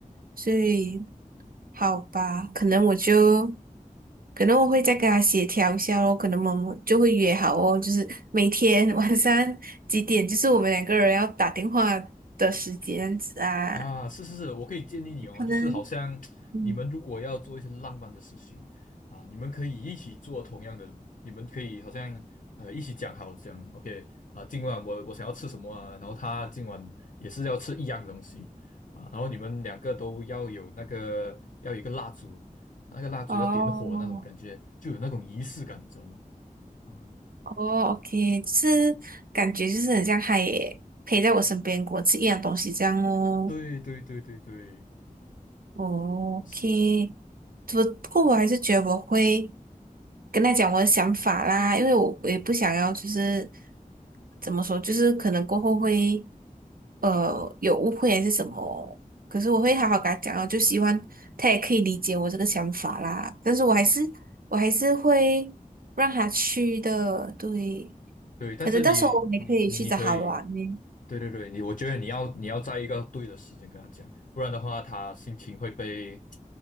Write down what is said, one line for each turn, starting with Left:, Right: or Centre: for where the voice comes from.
Right: 所以好吧，可能我就可能我会再跟他协调一下咯，可能我们就会约好哦，就是每天 <laughs> 晚上几点，就是我们两个人要打电话的时间这样子啊，
Left: 啊，是是是，我可以建议你哦，
Right: 可能。
Left: 就是好像你们如果要做一些浪漫的事情啊，
Right: 嗯。
Left: 你们可以一起做同样的，你们可以好像呃一起讲好讲，OK 啊，今晚我我想要吃什么啊，然后他今晚也是要吃一样的东西啊，然后你们两个都要有那个要有一个蜡烛，那个蜡烛要点火那种感觉，
Right: 哦
Left: 就有那种仪式感，你知道吗？啊，
Right: 哦，OK，就是感觉就是很像他也陪在我身边，跟我吃一样东西这样哦。
Left: 对对对对对，
Right: 哦
Left: 是，
Right: OK，不过我还是觉得我会跟他讲我的想法啦，因为我我也不想要就是
Left: 嗯。
Right: 怎么说，就是可能过后会呃有误会还是什么，可是我会好好跟他讲哦，就希望他也可以理解我这个想法啦。但是我还是我还是会让他去的，对，
Left: 对，但是你你你可以，
Right: 可能到时候我们也可以去找他玩呢，
Left: 对对对，你我觉得你要你要在一个对的时间跟他讲，不然的话他心情会被